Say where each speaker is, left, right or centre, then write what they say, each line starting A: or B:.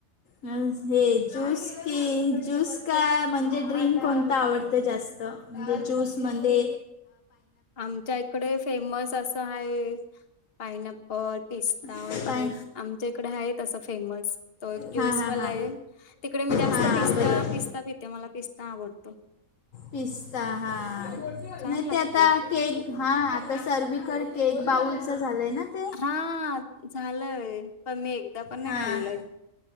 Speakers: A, on the left; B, on the left.
A: हे ज्यूस की ज्यूस का म्हणजे ड्रिंक कोणतं आवडतं जास्त म्हणजे ज्यूस म्हणते.
B: आमच्या इकडे फेमस असं आहे पायना. पिस्ता
A: पाय
B: वगैरे आमच्या इकडे आहे तं फेमस त एक ज्यूसवाला
A: हां हां हां
B: आहे. तिकडे मी जास्त
A: हां
B: पिस्ता-पिस्ता
A: बरोबर
B: पिते. मला पिस्ता आवडतो.
A: पिस्ता हा नाही
B: छान लागतो
A: ते आता केक. हा आता सर्वीकडे केक बाउलचं झालंय ना ते
B: हा झालंय पण मी एकदा पण नाही
A: हां
B: खाल्लोय.